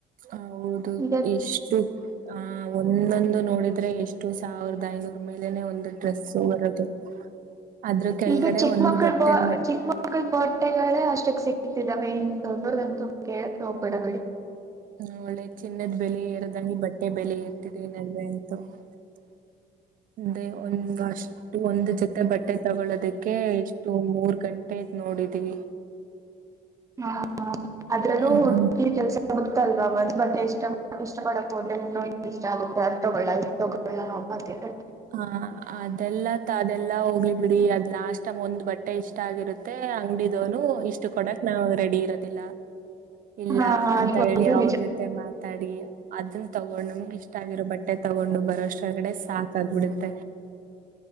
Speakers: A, on the right; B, on the right.
A: ಹ ಹೌದು
B: ಈಗ
A: ಎಷ್ಟು ಆ ಒಂದೊಂದು ನೋಡಿದ ಎಷ್ಟು ಸಾವಿರದ ಐನೂರ್ ಮೇಲನೆ ಒಂದು ಡ್ರೆಸ್ ಬರೋದು ಅದ್ರ ಕೆಳಗಡೆ
B: ಈಗ ಚಿಕ್ಕ
A: ಒಂದು
B: ಮಕ್ಕಳ
A: ಬಟ್ಟೆ
B: ಬ
A: ಬರ
B: ಚಿಕ್ಕ ಮಕ್ಕಳ ಬರ್ಡೆಗಳೇ ಅಷ್ಟಕ್ ಸಿಗ್ ದೊಡ್ಡವರಿಗಂತೂ ಕೇಳಕ ಹೋಗಬೇಡಬಿಡಿ
A: ಹ್ಮ ಒಳ್ಳೆ ಚಿನ್ನದ್ ಬೆಲೆ ಎರದಂಗೆ ಬಟ್ಟೆ ಬೆಲೆ ಎರ್ತಿದೆ ನಡ ಅಂತೂ <inaudible> ಅ ಒಂದು ಅಷ್ಟು ಒಂದು ಜೊತೆ ಬಟ್ಟೆ ತಗೊಳೋದಕ್ಕೆ ಇಷ್ಟು ಮೂರ್ ಗಂಟೆ ಆಯತ ನೋ ಹೊಡಿತೀವಿ
B: ಹ ಅದ್ರಲ್ಲೂ
A: ಹ್ಮ್
B: ಹುಗಿ ಕೆಲ್ಸ ಮಾತಲ್ವಾ ಮ್ ಬಟ್ಟ ಎಷ್ಟ ಅ ಇಷ್ಟ ಪಡಕ್ ಹೋದ್ರೆ ಇನ್ನೊಂದು ಇಷ್ಟ ಆಗುತ್ತೆ ಅರ್ ತಗೊಳ್ಳ ತಗೊಳ್ಳ ಅಬ್ಬಾ ದೇವ್ರೆ.
A: ಹಾ ಅದೆಲ್ಲ ಅದೆಲ್ಲಾ ಹೋಗ್ಲಿ ಬಿಡಿ ಅದ್ ಲಾಸ್ ಇ ಒಂದ್ ಬಟ್ಟೆ ಇಷ್ಟ ಆಗಿರುತ್ತೆ ಅಂಗಡಿದವನು ಇಷ್ಟು ಕೊಡಕ್ ನಾವ್ ರೆಡಿ ಇರೋದಿಲ್ಲಾ ಇಲ್ಲಾ
B: ಹಾ ಹಾ
A: ಅಂತ
B: ಅದು
A: ಹೇಳಿ
B: ಅದು
A: ಅವ್ರ
B: ನಿಜ.
A: ಜೊತೆ ಮಾತಾಡಿ ಅದನ್ ತೊಗೊಂಡು ನಮಗೆ ಇಷ್ಟ ಆಗಿರೋ ಬಟ್ಟೆ ತೊಗೊಂಡು ಬರ ಳಗಡೆ ಸಾಕಾಗಬಿಡುತ್ತೆ